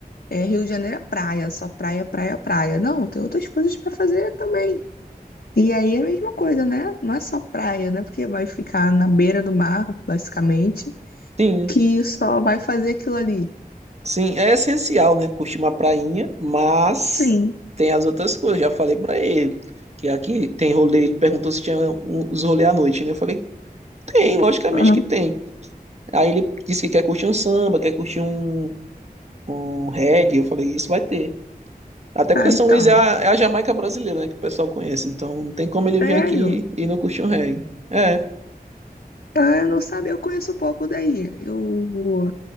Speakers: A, on the left; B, on the right.
A: é, Rio de Janeiro é praia, só praia, praia, praia. Não, tem outras coisas para fazer também. E aí é a mesma coisa, né? Não é só praia, né? Porque vai ficar na beira do mar, basicamente,
B: Sim,
A: que só vai fazer aquilo ali.
B: sim, é essencial, né? Curtir uma prainha, mas
A: Sim.
B: tem as outras coisas. Já falei pra ele que aqui tem rolê. Ele perguntou se tinha um- os rolê à noite, né? Eu falei, tem, logicamente
A: aham.
B: que tem. Aí ele disse que quer curtir um samba, quer curtir um, um reggae. Eu falei, isso vai ter. Até porque
A: Ah,
B: São
A: então.
B: Luís é a, é a Jamaica brasileira, né? Que o pessoal conhece. Então não tem como ele
A: Sério?
B: vir aqui e não curtir um reggae. É.
A: Ah, eu não sabia, eu conheço pouco daí. Eu